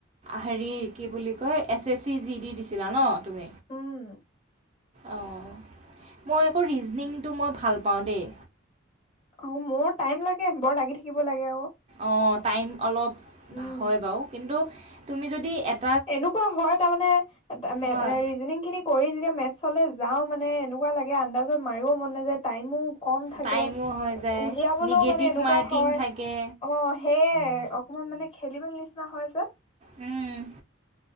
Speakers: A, on the right; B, on the left.
A: হেৰি কি বুলি কয় S S C G D দিছিলা ন তুমি?
B: উম
A: অঁ মই আকৌ ৰিজনংটো মই ভাল পাওঁ দেই।
B: অ মোৰ টাইম লাগে বৰ লাগি থাকিব লাগে আৰু
A: অ টাইম অলপ
B: উম
A: হয় বাৰু কিন্তু তুমি যদি এট-
B: এনেকুৱা হয় তামানে মে
A: হয়
B: এ ৰিজনি‍ংখিনি কৰি যেতিয়া মেট চলে যাও মানে এনেকুৱা লাগে আন্দাজত মাৰিবও মন নাই যে টাইমো কম থাকে
A: টাইমো হৈ যায়
B: উলিয়াবলৈও
A: নিগেটিভ
B: মানে এনেকুৱা
A: মাৰ্কিং
B: হয়
A: থাকে
B: অ সেয় অকমান মানে খেলিবেল নিচিনা হয় যে।
A: উম